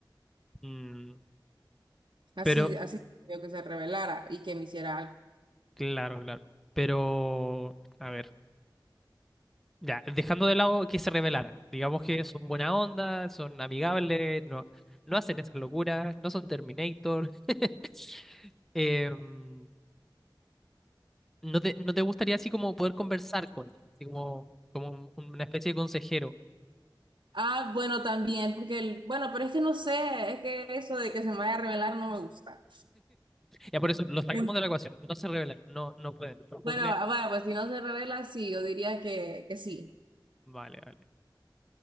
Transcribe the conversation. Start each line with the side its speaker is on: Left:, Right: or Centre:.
Centre: Mm,
Right: Así,
Centre: pero,
Right: así yo que se revelara y que me hiciera algo.
Centre: claro, claro. Pero, a ver, ya, dejando de lado que se rebelaran. Digamos que son buena onda, son amigables, no, no hacen esas locuras, no son Terminator. <laughs> Em, ¿no te, no te gustaría así como poder conversar con ellos? Así como, como un- una especie de consejero?
Right: Ah, bueno, también, porque el, bueno, pero es que no sé, es que eso de que se me vaya a revelar no me gusta.
Centre: Ya por eso, los sacamos
Right: En-
Centre: de la ecuación. No se revelan, no, no pueden, no cumplen.
Right: Bueno, ah, bueno, pues si no se revela, sí, yo diría que, que sí.
Centre: Vale, vale.